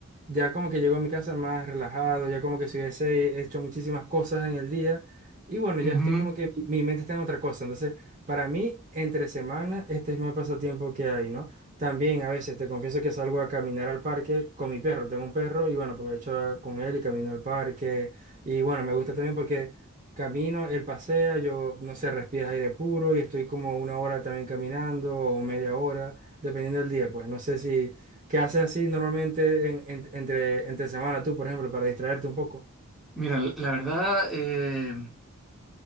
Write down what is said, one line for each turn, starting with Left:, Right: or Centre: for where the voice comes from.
Right: ya como que llego a mi casa más relajado, ya como que si hubiese hecho muchísimas cosas en el día. Y bueno,
Centre: Ujú.
Right: ya estoy como que mi mi mente está en otra cosa. Entonces, para mí, entre semana, este es mi pasatiempo que hay, ¿no? También a veces te confieso que salgo a caminar al parque con mi perro. Tengo un perro y bueno, aprovecho con él y camino al parque. Y bueno, me gusta también porque camino, él pasea, yo, no sé, respira aire puro y estoy como una hora también caminando o media hora, dependiendo del día. Pues no sé si... ¿Qué haces así normalmente en- en- entre, entre semana tú, por ejemplo, para distraerte un poco?
Centre: Mira, la la verdad, eh,